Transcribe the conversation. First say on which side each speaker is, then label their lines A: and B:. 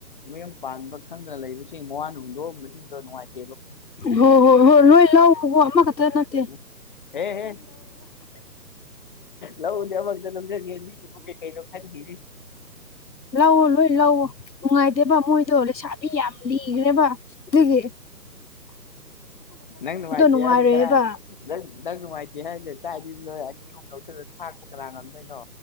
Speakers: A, on the left (about 30°); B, on the left (about 85°).
A: ꯃꯌꯨꯝ ꯄꯥꯟꯕ ꯈꯪꯗꯅ ꯂꯩꯕꯁꯤꯡ ꯃꯥꯋꯥꯅ ꯍꯨꯜꯗꯣꯛꯑꯕꯁꯤꯡꯗꯣ ꯅꯨꯡꯉꯥꯏꯇꯦ
B: ꯍꯣ ꯍꯣ ꯍꯣ ꯂꯣꯏꯅ ꯂꯥꯎꯔꯣ ꯑꯃꯥ ꯅꯥꯠ
A: ꯎ ꯍꯦ ꯍꯦ ꯂꯧꯕꯗꯤ ꯑꯃꯈꯛꯇ ꯂꯧꯖꯥꯒꯦ ꯃꯤꯕꯨ ꯀꯩ ꯀꯩꯅꯣ ꯈꯟꯈꯤꯅꯤ
B: ꯂꯧꯑꯣ ꯂꯣꯏ ꯂꯧꯑꯣ ꯅꯨꯡꯉꯥꯏꯗꯦꯕ ꯃꯣꯏꯗꯣ ꯂꯩꯁꯥꯕꯤ ꯌꯥꯝ ꯂꯤꯈ꯭ꯔꯦꯕ ꯗꯒꯤ
A: ꯅꯪ ꯅꯨꯡꯉꯥꯏꯇꯦ
B: ꯅꯨꯡꯉꯥꯏꯔꯣꯏꯕ
A: ꯍꯥꯏꯒꯦ ꯈꯔ ꯅꯪ ꯅꯪ ꯅꯨꯡꯉꯥꯏꯇꯦ ꯍꯥꯏꯔꯤꯁꯦ ꯆꯥꯛꯗꯤ ꯅꯣꯏ ꯑꯅꯤ ꯑꯍꯨꯝ ꯂꯧꯁꯤꯜꯂ ꯊꯥꯛꯄ ꯀꯅꯥ ꯉꯝꯗꯣꯏꯅꯣ